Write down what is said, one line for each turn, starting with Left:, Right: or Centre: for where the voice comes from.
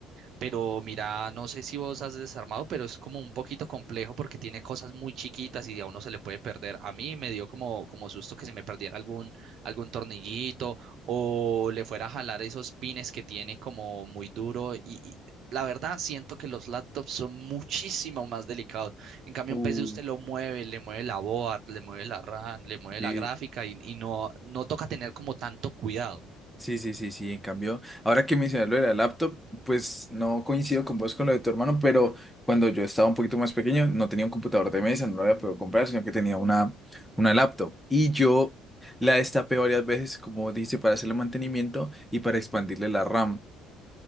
Right: Pero mira, no sé si vos has desarmado, pero es como un poquito complejo porque tiene cosas muy chiquitas y a uno se le puede perder. A mí me dio como, como susto que se me perdiera algún, algún tornillito o le fuera a jalar esos pines que tiene como muy duro. Y, y la verdad, siento que los laptops son muchísimo más delicados. En cambio,
Centre: Uh,
Right: un PC usted lo mueve, le mueve la board, le mueve la RAM, le mueve
Centre: Y
Right: la gráfica y, y no, no toca tener como tanto cuidado.
Centre: Sí, sí, sí, sí, en cambio, ahora que mencionas lo de la laptop, pues no coincido con vos con lo de tu hermano, pero cuando yo estaba un poquito más pequeño, no tenía un computador de mesa, no lo había podido comprar, sino que tenía una, una laptop. Y yo la destapé varias veces, como dijiste, para hacerle mantenimiento y para expandirle la RAM.